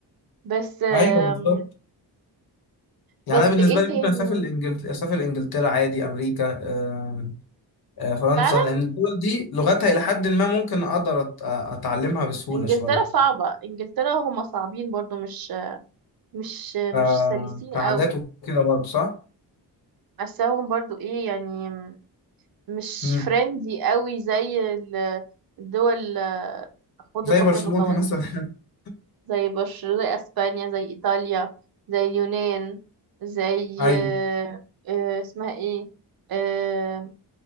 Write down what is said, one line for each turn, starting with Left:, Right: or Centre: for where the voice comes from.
Right: بس آم،
Left: ايوه بالظبط يعني
Right: بس
Left: انا بالنسبه
Right: إيه
Left: لي
Right: تاني
Left: ممكن اسافر انجلترا اسافر انجلترا عادي امريكا آم، آه، فرنسا
Right: فعلا
Left: لان الدول دي لغتها الى حد ما ممكن اقدر أت- اتعلمها بسهوله
Right: إنجلترا
Left: شويه
Right: صعبة إنجلترا هم صعبين برضو مش مش مش
Left: ف-
Right: سلسين
Left: كعادات
Right: قوي
Left: وكده برضو صح
Right: بس هم برضو إيه يعني مش
Left: مم.
Right: فريندي قوي زي ال- الدول آه، حوض
Left: زي
Right: البحر
Left: برشلونه
Right: المتوسط
Left: مثلا <laughs>
Right: زي بشر زي اسبانيا زي ايطاليا زي اليونان زي
Left: ايوه
Right: آه، آه، اسمها ايه آه،